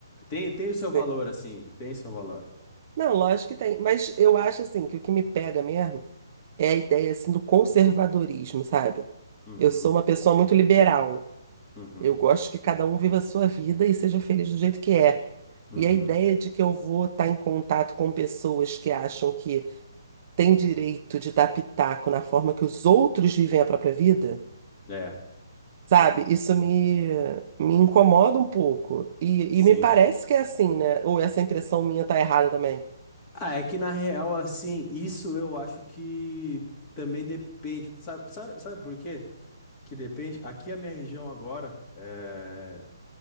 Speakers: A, on the left (about 20°); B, on the right (about 30°).
A: Tem, tem o seu
B: Sim.
A: valor, assim. Tem seu valor.
B: Não, lógico que tem. Mas eu acho assim que o que me pega mesmo é a ideia assim do conservadorismo, sabe?
A: Uhum,
B: Eu sou uma pessoa muito liberal.
A: uhum,
B: Eu gosto que cada um viva a sua vida e seja feliz do jeito que é.
A: uhum.
B: E a ideia de que eu vou estar em contato com pessoas que acham que têm direito de dar pitaco na forma que os outros vivem a própria vida,
A: É,
B: sabe? Isso me, me incomoda um pouco. E,
A: sim.
B: e me parece que é assim, né? Ou essa impressão minha tá errada também.
A: Ah, é que na real, assim, isso eu acho que também depende. Sabe, sabe, sabe por quê? Que depende. Aqui a minha região agora, é...